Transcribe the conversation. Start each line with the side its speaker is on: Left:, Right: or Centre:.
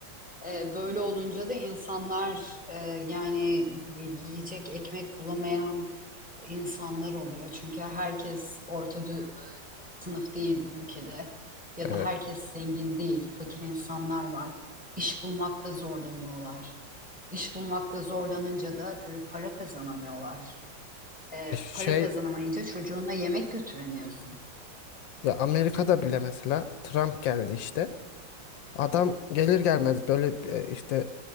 Centre: E, böyle olunca da insanlar e, yani yiyecek ekmek bulamayan insanlar oluyor. Çünkü herkes orta dü- sınıf değil bu ülkede ya
Left: Evet.
Centre: da herkes zengin değil, fakir insanlar var. İş bulmakta zorlanıyorlar. İş bulmakta zorlanınca da tabii para kazanamıyorlar. E,
Left: E, Şey
Centre: para kazanamayınca çocuğuna yemek götüremiyorsun.
Left: ya Amerika'da bile mesela Trump geldi işte. Adam gelir gelmez böyle e, işte